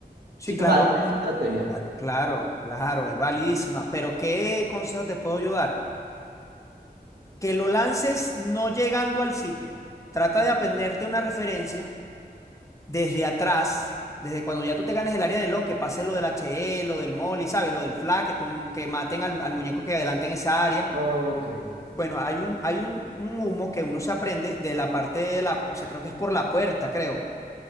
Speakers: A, on the left; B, on the right.
A: Sí,
B: Si
A: claro,
B: es válida esa estrategia.
A: ah, claro, claro, es validísima. Pero ¿qué consejo te puedo yo dar? Que lo lances no llegando al sitio. Trata de aprenderte una referencia desde atrás, desde cuando ya tú te ganes el área del long, que pase lo del HE, lo del molly, ¿sabes? Lo del flag, que, tú, que maten al, al muñeco que adelante en esa área.
B: Ok.
A: Bueno, hay un, hay un, un humo que uno se aprende de la parte de la, o sea, creo que es por la puerta, creo.